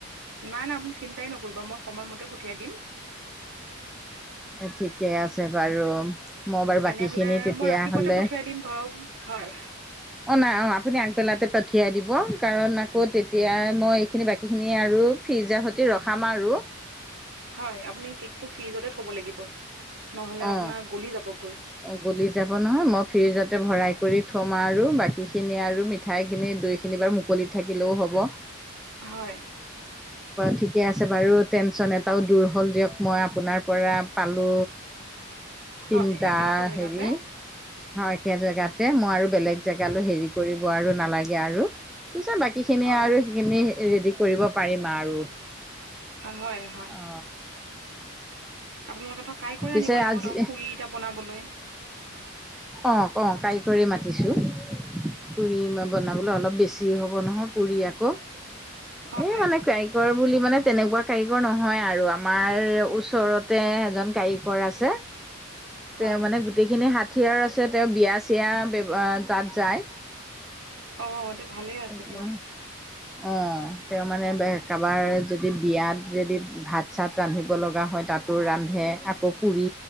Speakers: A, on the right; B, in the centre.
A: নাই নাই আপুনি চিন্তাই নকৰিব মই সময়মতে পঠিয়াই দিম
B: অ ঠিকে আছে বাৰু মই বাৰু
A: তেনেহ'লে
B: বাকী খিনি তেতিয়া
A: মই ৰাতিপুৱাতে
B: হ'লে
A: পঠিয়াই দিম ধৰক হয়
B: অঁ নাই অঁ আপুনি আগবেলাতে পঠিয়াই দিব কাৰণ আকৌ তেতিয়া মই এইখিনি বাকীখিনি আৰু ফ্ৰিজাৰ সৈতে ৰখাম আৰু
A: হয় আপুনি কেকটো ফ্ৰিজতে থ'ব লাগিব নহ'লে
B: অ
A: আপোনাৰ গলি যাবগৈ
B: গলি যাব নহয় মই ফ্ৰিজতে ভৰাই
A: হয়
B: কৰি থম আৰু বাকীখিনি আৰু মিঠাই খিনি দৈ খিনি বাৰু মুকলিত থাকিলেও হ'ব
A: হয়
B: ঠিকে আছে বাৰু টেনচন এটাও দূৰ হ'ল দিয়ক মই আপোনাৰ পৰা পালো
A: হয়
B: তিনিটা
A: একেডোখৰ জেগাতে
B: হেৰি একে জেগাতে মই আৰু বেলেগ জেগালো হেৰি কৰিব আৰু নালাগে আৰু পিছে বাকী খিনি
A: হয়
B: আৰু সেইখিনি ৰেডি কৰিব পাৰিম আৰু
A: হয় হয়
B: অ
A: আপোনালোকে কাই কৰি
B: পিছে
A: আনিব লাগিব
B: আজি
A: ধৰক পুৰি কেইটা বনাবলৈ
B: অ ক কাৰিকৰি মাতিছো পুৰি মই বনাবলৈ অলপ বেছি হ'ব নহয় পুৰি আকৌ
A: হয়
B: এ মানে কাইকৰি বুলি মানে তেনেকুৱা কাৰিকৰ নহয় আৰু আমাৰ ওচৰতে এজন কাৰিকৰ আছে তেওঁ
A: হয়
B: মানে গোটেইখিনি হাঠিয়াৰ আৰু আছে তেওঁ বিয়া চিয়া তাত যায়
A: অ তে ভালেই
B: <unintelligible>
A: আছে দিয়ক
B: অঁ তেওঁ মানে কাৰোবাৰ যদি বিয়াত যদি ভাত চাত ৰান্ধিব লগা হয় তাত ৰান্ধে আকৌ পুৰি